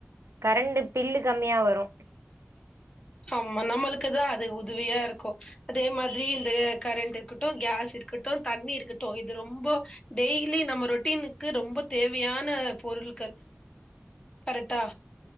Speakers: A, on the right; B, on the left.
A: கரண்ட்டு பில்லு கம்மியா வரு
B: ஆமா நம்மளுக்கு தா அது உதுவியா இருக்கு அதே மாத்ரி இந்த கரெண்ட் இருக்குட்டு கேஸ் இருக்குட்டு தண்ணி இருக்குட்டு இது ரொம்போ டெய்லி நம்ம ரொட்டீனுக்கு ரொம்ப தேவ் வியான பொருள்கள் கரெட்டா